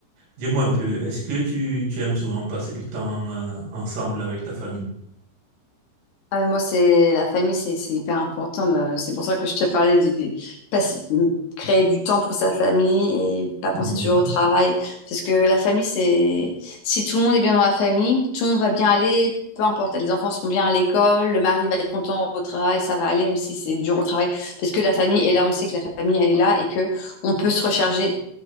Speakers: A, on the right; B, on the left.
A: dis-moi un peu, est-ce que tu, tu aimes souvent passer du temps euh, ensemble avec ta famille?
B: Ah, mais moi, c'est la famille, c'est c'est hyper important. euh, C'est pour ça que je te parlais de, de passer- de créer du temps pour sa famille et pas penser
A: Mhm.
B: toujours au travail. Parce que la famille, c'est si tout le monde est bien dans la famille, tout le monde va bien aller, peu importe. Les enfants seront bien à l'école, le mari va être content au travail, ça va aller, même si c'est dur au travail. Parce que la famille est là, on sait que la famille, elle est là et que on peut se recharger.